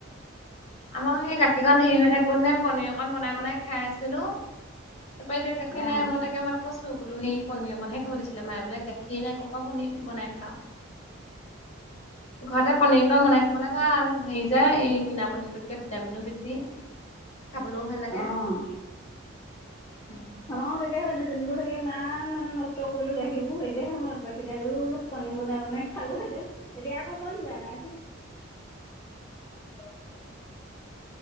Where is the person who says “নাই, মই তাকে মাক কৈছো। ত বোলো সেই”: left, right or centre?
Left